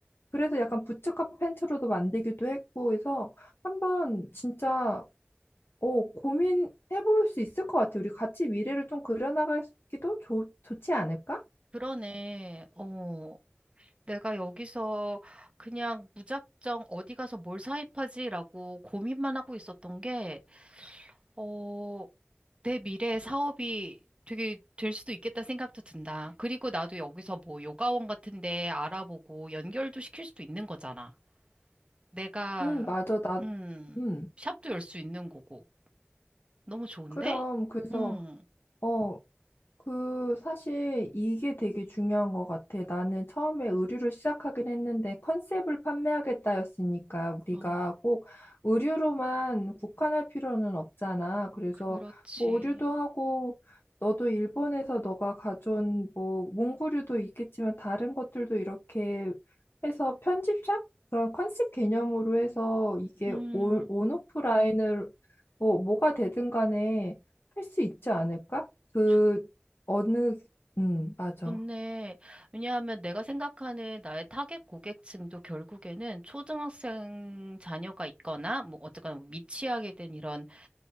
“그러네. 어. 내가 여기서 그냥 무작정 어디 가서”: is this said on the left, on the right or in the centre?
Right